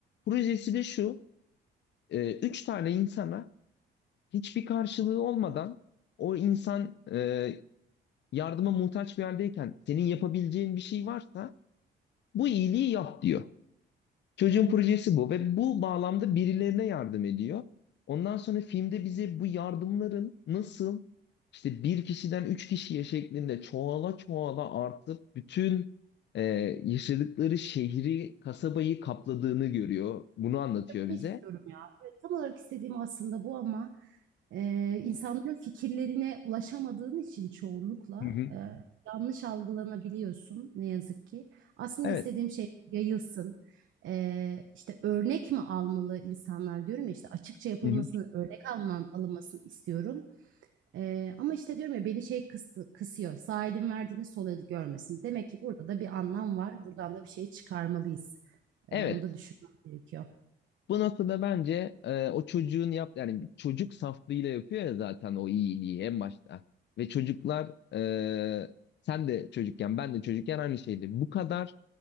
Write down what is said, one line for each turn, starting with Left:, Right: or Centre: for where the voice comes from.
Left: Projesi de şu. e, üç tane insana hiçbir karşılığı olmadan o insan e, yardıma muhtaç bir yerdeyken senin yapabileceğin bir şey varsa bu iyiliği yap diyor. Çocuğun
Right: Hı hı.
Left: projesi bu ve bu bağlamda birilerine yardım ediyor. Ondan sonra filmde bize bu yardımların nasıl işte bir kişiden üç kişiye şeklinde çoğala çoğala artıp bütün e, yaşadıkları şehri, kasabayı kapladığını görüyor. Bunu anlatıyor bize.
Right: Bunu istiyorum ya. Evet, tam olarak istediğim aslında bu ama e, insanların fikirlerine ulaşamadığın için çoğunlukla
Left: Hı hı.
Right: e, yanlış algılanabiliyorsun ne yazık ki. Aslında
Left: Evet.
Right: istediğim şey yayılsın. E, işte örnek mi almalı insanlar diyorum ya işte açıkça yapılmasını,
Left: Hı hı.
Right: örnek alman, alınmasını istiyorum. E, ama işte diyorum ya beni şey kıstı, kısıyor. Sağ elin verdiğini sol el görmesin. Demek ki burada da bir anlam var. Buradan da bir şey çıkarmalıyız. E,
Left: Evet.
Right: onu da düşünmek gerekiyor.
Left: Bu noktada bence e, o çocuğun yap yani bir çocuk saflığıyla yapıyor ya zaten o iyiliği en başta. Ve çocuklar e, sen de çocukken ben de çocukken aynı şeydi. Bu kadar